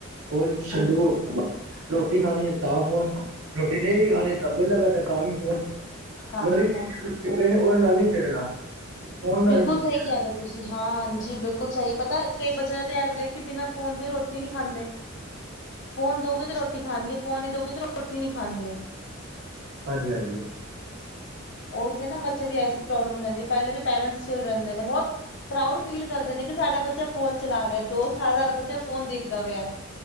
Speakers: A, on the right; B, on the left.
A: ਫੋਨ ਛੱਡਵ
B: ਬਿਲਕੁਲ
A: ਤੇ
B: ਹੂੰ
A: ਬ ਰੋਟੀ ਖਾਣੀ ਹੈ ਤਾਂ ਫੋਨ। ਰੋਟੀ ਨਹੀਂ ਵੀ ਖਾਣੀ ਤਾਂ ਵਿਹਲਾ ਬੈਠਾ, ਤਾਂ ਵੀ ਫੋਨ
B: ਤਾਂ
A: ਮਤਲਬ
B: ਵੀ ਫੋਨ।
A: ਪਏ ਨੇ ਉਹਦੇ ਨਾਲ ਨਹੀਂ ਖੇਡਣਾ। ਉਹਣ ਨਾਲ
B: ਬਿਲਕੁਲ
A: ਹੀ ਖੇਡ
B: ਸਹੀ ਕਹਿ ਰਹੇ ਹੋ ਤੁਸੀਂ ਹਾਂ ਹਾਂਜੀ, ਬਿਲਕੁਲ ਸਹੀ। ਪਤਾ ਕਈ ਬੱਚਿਆਂ ਦਾ ਤਾਂ ਹੈ ਲੈ ਕੇ ਬਿਨਾ ਫੋਨ ਤੇ ਰੋਟੀ ਨਹੀਂ ਖਾਂਦੇ। ਫੋਨ ਦੋਗੇ ਤੇ ਰੋਟੀ ਖਾਣਗੇ, ਫੋਨ ਨੀਂ ਦੋਗੇ ਤੇ ਰੋਟੀ ਨੀ ਖਾਣਗੇ।
A: ਹਾਂਜੀ-ਹਾਂਜੀ।
B: ਓ ਤੇ ਨਾ ਬੱਚਿਆਂ ਦੀ ਆਈਜ ਦੀ ਪ੍ਰੋਬਲਮ ਹੋ ਜਾਂਦੀ ਐ, ਪਹਿਲੇ ਪੇਰੈਂਟਸ ਚਿਲ ਰਹਿੰਦੇ ਨੇ ਬਹੁਤ ਪ੍ਰਾਉਡ ਫੀਲ ਕਰਦੇ ਨੇ ਕਿ ਸਾਡਾ ਬੱਚਾ ਫੋਨ ਚਲਾ ਰਿਹਾ, ਦੋ ਸਾਲ ਆਲਾ ਬੱਚਾ ਫੋਨ ਦੇਖਦਾ ਪਿਆ।